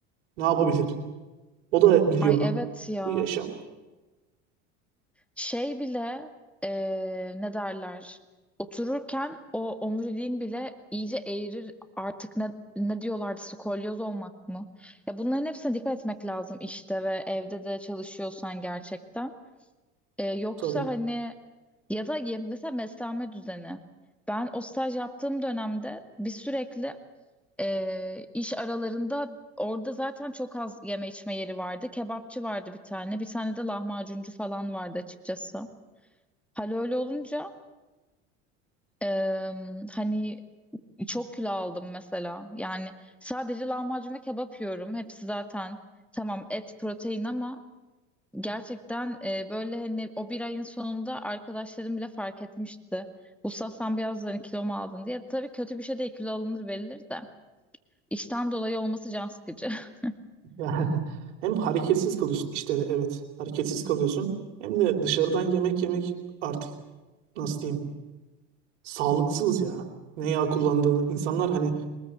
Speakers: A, on the right; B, in the centre.
A: Ne yapabilir? O da biliyor
B: Ay
A: onu.
B: evet ya.
A: Bu yaşam.
B: Şey bile eee, ne derler? Otururken o omuriliğin bile iyice eğrir artık ne, ne diyorlardı skolyoz olmak mı? Ya bunların hepsine dikkat etmek lazım işte ve evde de çalışıyorsan gerçekten. Eee, yoksa
A: Tabii.
B: hani ya da ye- mesela beslenme düzeni. Ben o staj yaptığım dönemde bir sürekli Ee, iş aralarında orada zaten çok az yeme içme yeri vardı. Kebapçı vardı bir tane. Bir tane de lahmacuncu falan vardı açıkçası. Hal öyle olunca em, hani çok kilo aldım mesela. Yani sadece lahmacun ve kebap yiyorum. Hepsi zaten tamam et protein ama gerçekten e, böyle hani o bir ayın sonunda arkadaşlarım bile fark etmişti. Usta sen biraz hani kilo mu aldın diye. Tabii kötü bir şey değil kilo alınır verilir de. İşten dolayı olması can sıkıcı. <laughs>
A: Yani <laughs> hem hareketsiz kalıyorsun işte de evet hareketsiz kalıyorsun hem de dışarıdan yemek yemek artık nasıl diyeyim sağlıksız ya. Ne yağ kullandığını insanlar hani